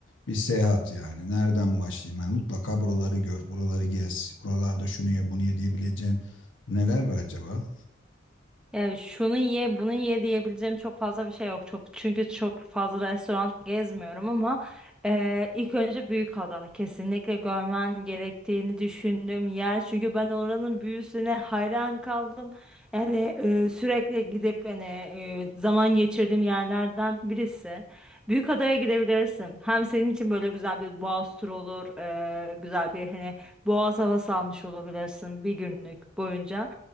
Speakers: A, on the left (about 75°); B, in the centre.
A: bir seyahat yani. Nereden başlayayım? Yani mutlaka buraları gör, buraları gez, buralarda şunu ye, bunu ye diyebileceğin neler var acaba?
B: Ya şunu ye, bunu ye diyebileceğim çok fazla bir şey yok. Çok çünkü çok fazla restoran gezmiyorum ama eee, ilk önce Büyükada kesinlikle görmen gerektiğini düşündüğüm yer. Çünkü ben oranın büyüsüne hayran kaldım. Yani eee, sürekli gidip hani eee, zaman geçirdiğim yerlerden birisi. Büyükada'ya gidebilirsin. Hem senin için böyle güzel bir boğaz turu olur, eee, güzel bir hani boğaz havası almış olabilirsin bir günlük boyunca.